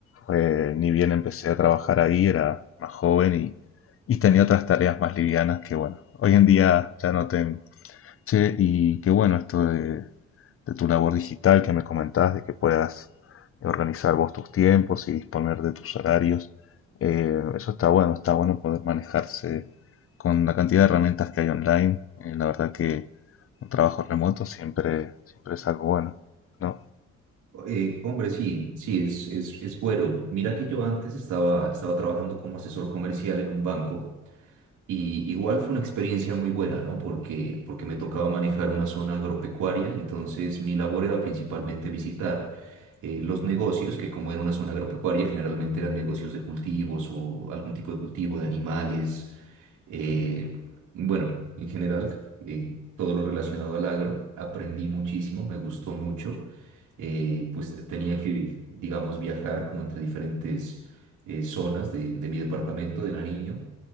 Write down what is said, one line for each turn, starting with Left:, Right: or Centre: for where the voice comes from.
Left: fue- ni bien empecé a trabajar ahí, era más joven y, y tenía otras tareas más livianas que, bueno, hoy en día ya no tengo. Che, y qué bueno esto de, de tu labor digital que me comentabas, de que puedas organizar vos tus tiempos y disponer de tus horarios. Eh, eso está bueno, está bueno poder manejarse con la cantidad de herramientas que hay online. Eh, la verdad que un trabajo remoto siempre, siempre es algo bueno, ¿no?
Right: Eh, hombre, sí, sí, es, es, es bueno. Mira que yo antes estaba, estaba trabajando como asesor comercial en un banco. Y igual fue una experiencia muy buena, ¿no? Porque, porque me tocaba manejar una zona agropecuaria, entonces mi labor era principalmente visitar eh, los negocios, que como era una zona agropecuaria, generalmente eran negocios de cultivos o algún tipo de cultivo de animales, eh, bueno, en general, eh, todo lo relacionado al agro. Aprendí muchísimo, me gustó mucho, eh, pues tenía que, digamos, viajar como entre diferentes eh, zonas de, de mi departamento de Nariño